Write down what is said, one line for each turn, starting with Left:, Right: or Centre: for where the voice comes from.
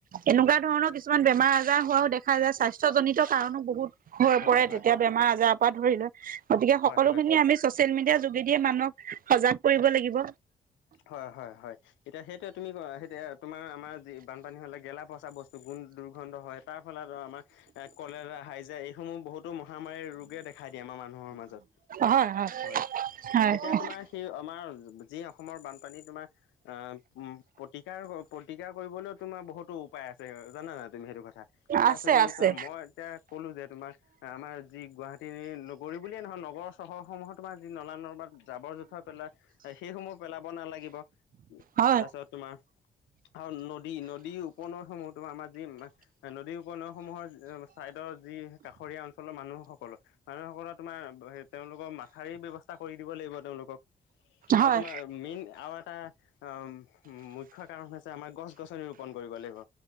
Right: এনেকুৱা ধৰণৰ কিছুমান বেমাৰ আজাৰ হোৱাও দেখা যায়। স্বাস্থ্যজনিত কাৰণো বহুত হৈ
Left: হয়
Right: পৰে।
Left: হয়
Right: তেতিয়া বেমাৰ আজাৰৰ পৰা ধৰি লোৱা গতিকে
Left: হয়
Right: সকলোখিনি
Left: হয়
Right: আমি ছ'চিয়েল‌‌ মিডিয়া যোগে যোগেদিয়ে মানুহক সজাগ কৰিব লাগিব।
Left: হয় হয় হয়। এতিয়া সেইটোৱে তুমি সেইটো তোমাৰ আমাৰ যি বানপানী হ'লে গেলা পচা বস্তু গুণ দুৰ্গন্ধ হয় তাৰ ফলত আমাৰ এ কলেৰা হাইজা এইসমূহ বহুত তো মহামাৰীৰ ৰোগে দেখাই দিয়ে আমাৰ মানুহৰ মাজত
Right: হয়
Left: হয়
Right: হয়
Left: এতিয়া
Right: হয়
Left: তোমাৰ সেই আমাৰ যি অসমৰ বানপানী তোমাৰ আ উম প্ৰতিকাৰ প্ৰতিকাৰ কৰিবলৈও তোমাৰ বহুতো উপায় আছে। জানা তুমি সেইটো কথা এতিয়া
Right: আছে
Left: তুমি
Right: আছে
Left: চোৱা মই এতিয়া কলোঁ যে তোমাৰ আমাৰ যি গুৱাহাটী নগৰী বুলিয়ে নহয় নগৰৰ চহৰসমূহত তোমাৰ যি নলা নৰ্দমাত জাবৰ জোথৰ পেলাই সেইসমূহ পেলাব নালাগিব।
Right: হয়
Left: তাৰপিছত তোমাৰ আৰু নদী নদী উপনৈসমূহ তোমাৰ আমাৰ যি মা নদী উপনৈসমূহৰ চাইডৰ যি কাষৰীয়া অঞ্চলৰ মানুহসকলৰ মানুহসকলৰ তোমাৰ তেওঁলোকৰ মাথাউৰি ব্যৱস্থা কৰি দিব লাগিব। তেওঁলোকক আৰু
Right: হয়
Left: তোমাৰ মেইন আৱ এটা, আহ--মুখ্য কাৰণ হৈছে আমাৰ গছ। -গছনি ৰোপণ কৰিব লাগিব।